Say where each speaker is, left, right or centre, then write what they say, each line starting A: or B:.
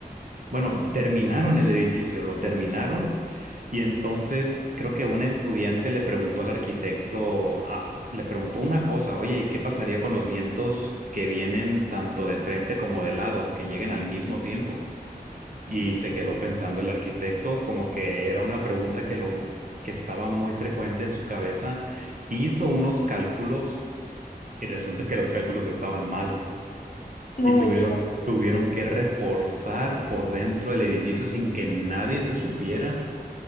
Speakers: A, on the right; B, on the left.
A: bueno, terminaron el edificio, lo terminaron y entonces creo que un estudiante le preguntó al arquitecto, ah, le preguntó una cosa, oye, ¿y qué pasaría con los vientos que vienen tanto de frente como de lado, que lleguen al mismo tiempo? Y se quedó pensando el arquitecto como que era una pregunta que lo que estaba muy frecuente en su cabeza, hizo unos cálculos y resulta que los cálculos estaban mal.
B: no
A: Y tuvieron,
B: me digas.
A: tuvieron que reforzar por dentro el edificio sin que nadie se supiera.